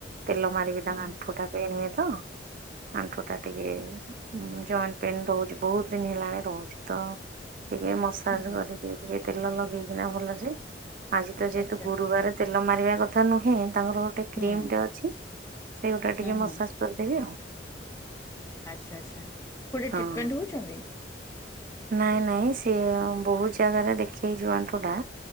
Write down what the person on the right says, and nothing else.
ତେଲ ମାରିକି
ତାଙ୍କ
ଆଣ୍ଠୁଟା ପେନେହୁଏ ତ। ଆଣ୍ଠୁଟା ଟିକେ ଜଏଣ୍ଟେ ପେନେ ରହୁଚି ବହୁତୁ ଦିନି ହେଲାଣି ରହୁଚି ତ। ଟିକେ ମସାଜ
କରିଦିଏ ଟିକେ ତେଲ ଲଗେଇକିନା ଭଲସେ ଆଜି ତ ଯେହେତୁ
ଗୁରୁବାରେ। ତେଲ ମାରିବା କଥା ନୁହେଁ ତାଙ୍କର ଗୋଟେ
କ୍ରିମ ଟେ ଅଛି ସେଗୁଟା
ଟିକେ
ମସାଜ କରିଦେବି ଆଉ।
ହଁ
ନାଇଁ ନାଇଁ ସିଏ ବୋହୁତ୍ ଜାଗାରେ ଦେଖେଇଚୁ ଆଣ୍ଠୁଟା।